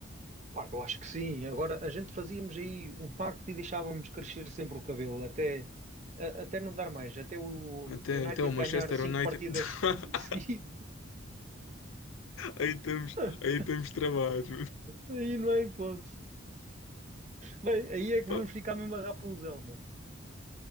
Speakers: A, on the right (about 35°); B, on the left (about 80°).
A: Pá, eu acho que sim. Agora a gente fazíamos aí um pacto e deixávamos crescer sempre o cabelo, até, a- até não dar mais, até o
B: Até,
A: United
B: até o Manchester
A: ganhar cinco
B: United.
A: partidas
B: <laughs>
A: seguidas.
B: Aí estamos,
A: <laughs>
B: aí estamos travados.
A: Aí não é hipótese. Bem, aí é que
B: <laughs>
A: vamos
B: Pô.
A: ficar mesmo a Rapunzel, mano.